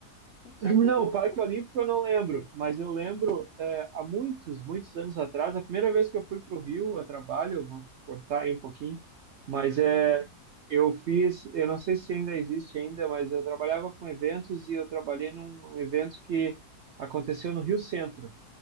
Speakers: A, on the left; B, on the right.
A: Então,
B: <clears throat> Não,
A: com todo.
B: o Parque Olímpico eu não lembro, mas eu lembro é, há muitos, muitos anos atrás, a primeira vez que eu fui para o Rio a trabalho, eu vou te cortar aí um pouquinho, mas é,
A: é,
B: eu fiz, eu não sei se ainda existe ainda, mas eu trabalhava com eventos e eu trabalhei num, num evento que aconteceu no Rio Centro.